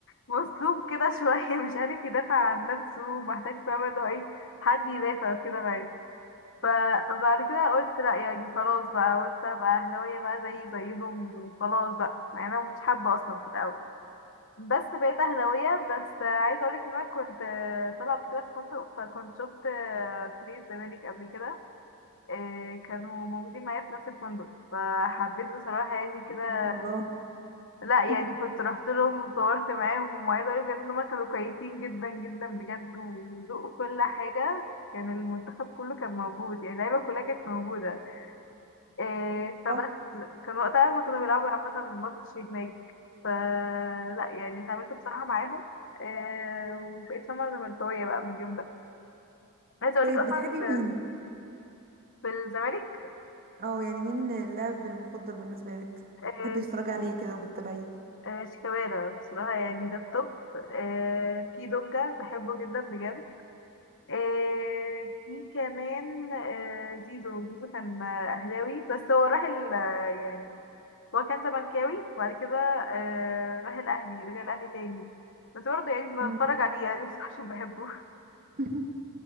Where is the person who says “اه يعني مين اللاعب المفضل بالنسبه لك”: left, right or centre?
Right